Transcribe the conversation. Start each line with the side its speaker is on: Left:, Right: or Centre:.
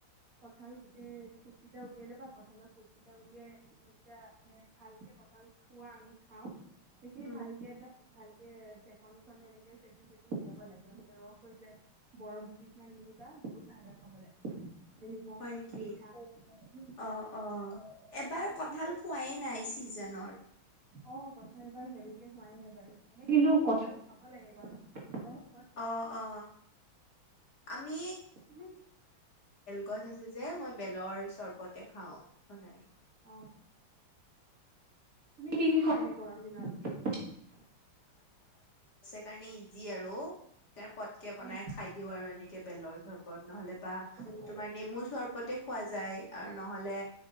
Right: কঁঠাল গোটেই ফুট কেইটা উলিয়াই লবা কঁঠালৰ ফুট কেইটা উলিয়াইকেইটা মানে ভালকে কঠাল খোৱা আমি খাওঁ। সেইখিনি
Left: উম,
Right: ভালকে দ। ভালকে চেকনিখননে এনেকে চেটি চেট উিয়াব লাগে। ৰস হৈ যায় বৰফ দু পিছমান দি কিবা বহুত ভাল হয় খাবলে। নিমখ
Left: হয় নেকি
Right: পিঠা উম
Left: অ
Right: ভাল
Left: অ এবাৰ কঠাল
Right: তুমি কি
Left: কোৱাই নাই চিজনৰ?
Right: অ কঁঠাল বাৰ হেৰিকে হোৱাই নাই বাৰু এনে কিন্তু কঁঠাল খাব লাগে গৰমত হম।
Left: অ অ আমি
Right: তুমি
Left: কত আছিল? যে মই বেলৰ চৰবতে খাওঁ বনাই।
Right: অ তুমি কি কি খুৱাই নাই গৰম দিনত?
Left: স কাৰণে ইজি আৰু। পটকে
Right: উম
Left: বনাই খাই দিও আৰু এনেকে বেলৰ চৰবত নহলে বা
Right: হেল্ল'
Left: তোমাৰ নেমু চৰবতে খোৱা যায় নহলে